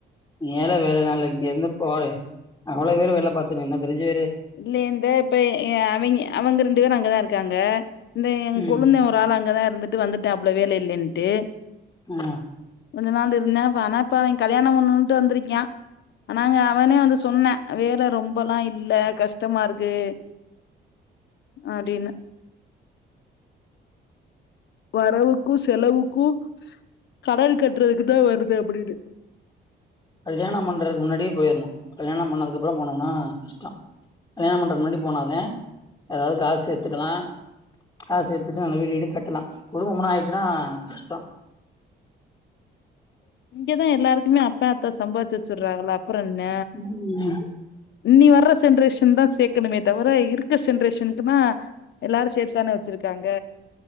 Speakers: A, on the left; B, on the left.
A: ஏல வேலனால்லா இங்க இருந்து போல. அவ்ளோ பேரு வேல பாத்து நின்னு தெருஞ்சு
B: இல்ல இந்த இப்ப அவிங்க அவங்க ரெண்டு பேரு அங்கதா இருக்காங்க. இந்தா எ
A: ம்
B: கொழுந்தெ ஒரு ஆள் அங்கதா இருந்துட்டு வந்துட்டாப்ள வேல இல்லன்ட்டு
A: அ
B: கொஞ்ச நாள் இருந்தா ஆனா இப்ப அவெ கல்யாணம் பண்ணனுட்டு வந்திருக்கியா. ஆனாங்க அவனே வந்து சொன்னா வேல ரொம்பல்லா இல்ல கஷ்டமா இருக்கு அப்பிடினு வரவுக்கு செலவுக்கு கடன் கட்றதுக்கு தா வருது அப்பிடின்னு
A: கல்யாணொ பண்றதுக்கு முன்னாடியே போயர்ணு. கல்யாணம் பண்ணதுக்கு அப்பறொ போனோம்னா கஷ்டொ கல்யாண பண்றதுக்கு முன்னாடி போனாதா எதாவ்து காசு எடுத்துக்கலா. காசு சேத்துட்டு நல்ல வீடு வீடு கட்டலா குடும்பொம்ன்னு ஆயிடுச்சுன்னா கஷ்டொ.
B: இங்கதா எல்லாருக்குமே அப்பெ ஆத்தா சம்பாத்ச்சு வெச்சிர்றாகள அப்பறொ என்ன.
A: ம்
B: இன்னி வர்ற சென்ரேஷன் தா சேக்கணுமே தவர இருக்க சென்ரேஷனுக்குனா எல்லாரு சேத்துதான வெச்சிருக்காங்க.